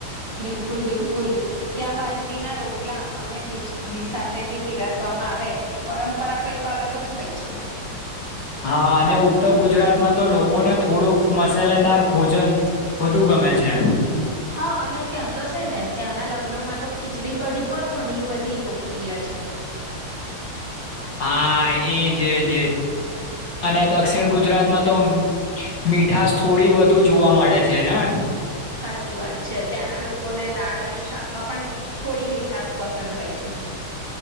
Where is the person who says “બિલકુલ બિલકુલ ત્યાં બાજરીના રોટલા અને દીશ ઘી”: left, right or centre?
Right